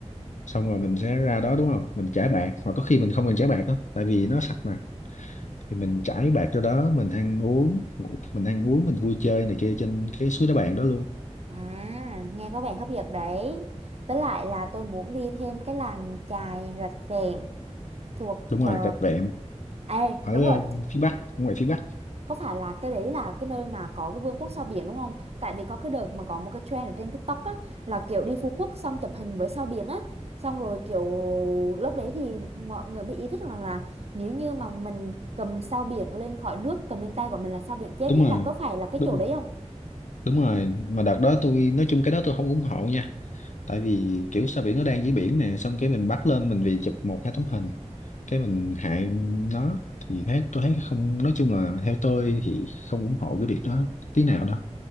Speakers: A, on the left; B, on the right.
A: xong rồi mình sẽ ra đó đúng không mình chải bạc mà có khi mình không cần chải bạc đó tại vì nó sạch mà thì mình chải bạc cho đó mình ăn uống ngủ mình ăn uống mình vui chơi này kia trên cái suối đá bạc đó luôn
B: À, nghe có vẻ hấp dẫn đấy. Với lại là tôi muốn đi thêm cái làng chài Rạch Vẹm thuộc
A: đúng
B: ờ,
A: rồi rạch vẹm
B: À,
A: ở
B: đúng rồi,
A: ờ, phía bắc ngoài phía bắc
B: có phải là cái đấy là cái nơi mà có cái vương quốc sao biển đúng không? Tại vì có cái đợt mà có một cái trend ở trên TikTok á là kiểu đi Phú Quốc xong chụp hình với sao biển á, xong rồi kiểu lúc đấy thì mọi người mới ý thức rằng là nếu như mà mình cầm sao biển lên khỏi nước, cầm lên tay của mình là sao biển chết
A: đúng
B: á
A: rồi
B: là có phải là cái
A: đúng
B: chỗ
A: rồi.
B: đấy không?
A: đúng rồi mà đợt đó tôi nói chung cái đó tôi không ủng hộ nha tại vì kiểu sao biển nó đang dưới biển nè xong cái mình bắt lên mình vì chụp một hai tấm hình cái mình hại nó thì thấy tôi thấy không nói chung là theo tôi thì không ủng hộ cái việc đó tí nào đó